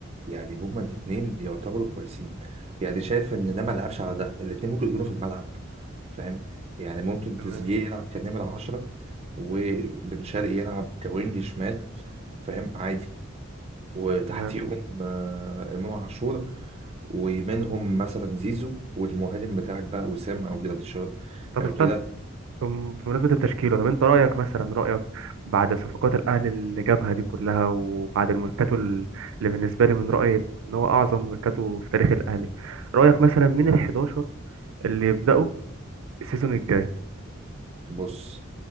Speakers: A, on the right; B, on the right.
A: يعني هما الاتنين يعتبروا كويسين يعني شايف ان ده ما لعبش على ده الاتنين ممكن يكونوا في الملعب فاهم يعني ممكن تريزيجيه
B: تمام
A: يلعب كنمرة عشرة وبن شرقي يلعب كوينج شمال فاهم عادي وتحتيهم
B: تمام
A: آه، امام عاشور ومنهم مثلا زيزو والمهاجم بتاعك بقى وسام او جراديشار
B: طب
A: او
B: استنى
A: كده
B: بم- بمناسبة التشكيلة طب انت رأيك مثلا رأيك بعد صفقات الأهلي اللي جابها دي كلها وبعد الميركاتو ال- اللي بالنسبة لي من رأيي ان هو أعظم ميركاتو في تاريخ الأهلي رأيك مثلا مين ال 11 اللي يبدأوا السيزون الجاي
A: بص